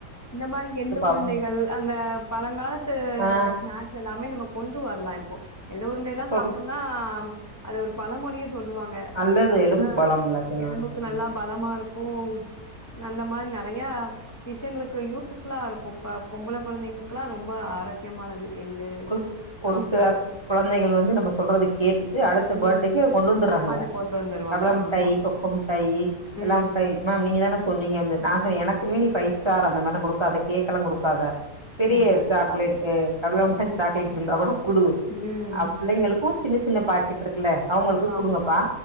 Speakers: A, on the left; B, on the right.
A: இந்த மாரி எள்ளு உருண்டைகள்
B: அப்டின்
A: அந்த பழங்காலத்து
B: ஆ
A: ஸ்நாக்ஸ் எல்லாமே நம்ம கொண்டு வரலா இப்போ எள்ளு உருண்டைல்லா
B: சொல்
A: சாப்ட்டோம்னா அது ஒரு பல மொழியே சொல்லுவாங்க
B: நல்லது எலும்புக்கு
A: ஆ
B: பலம்ல அதுலா
A: எலும்புக்கு நல்லா
B: ம்
A: பலமா இருக்கு அந்த மாரி நறையா விஷ்யங்களுக்கு யூஸ்ஃபுல்லா இருக்கு ப்ப பொம்பள கொழந்தைங்கல்லா ரொம்ப ஆரோக்கியமானது எள்ளு.
B: ஒரு ஒரு
A: ஆமா.
B: சில குழந்தைகள் வந்து நம்ம சொல்றதுக்கு கேட்டுட்டு அடுத்த
A: ம்
B: பர்த்டேக்கு கொண்டு வந்துறாங்க
A: அது கொண்டு வந்துருவாங்க
B: கடள மிட்டாய்
A: ஆமா.
B: கொக்கு மிட்டாயி எல்லா
A: ம்,
B: மிட்டாய் மேம் நீங்க தானே சொன்னீங்க நா சொன்ன எனக்குமே நீ பைவ் ஸ்டார் அந்த மாரி குடுக்காது கேக்க எல்லா குடுக்காத பெரிய
A: ம் அதேதா
B: சாக்லேட்டு
A: அது.
B: கடலா முட்டாய் சாக்கேட் இருந்தா கூட குடு
A: ம்
B: அ பிள்ளைங்களுக்கு சின்ன சின்ன பா கட்டு இருக்குல அவங்களுக்கு
A: ஆமா.
B: குடுங்கப்பா